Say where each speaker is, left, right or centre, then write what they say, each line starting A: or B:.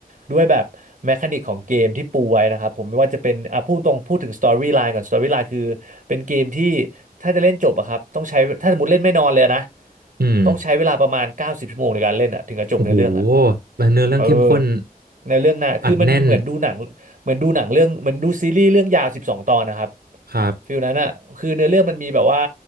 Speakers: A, on the right; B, on the right.
A: ด้วยแบบแมคานิกของเกมที่ปูไว้นะครับผมไม่ว่าจะเป็นอ่ะพูดตรงพูดถึงสตอรี่ไลน์ก่อนสตอรี่ไลน์คือเป็นเกมที่ถ้าจะเล่นจบอะครับต้องใช้ถ้าสมมติเล่นไม่นอนเลยนะ
B: อืม
A: ต้องใช้เวลาประมาณ90ชั่วโมงในการเล่นอะถึงจะจบในอเรื่องอะ
B: โอ้โหเนื้อเรื่องเข้มข้น
A: เออในเรื่องหน่ะคือมันเหมือนดูหนังเหมือนดูหนังเรื่องเหมือนดูซีรีส์เรื่องยาวสิบสองตอนนะครับ
B: อัดแน่น ครับ
A: ฟิลนั้นอ่ะคือเนื้อเรื่องมันมีแบบว่า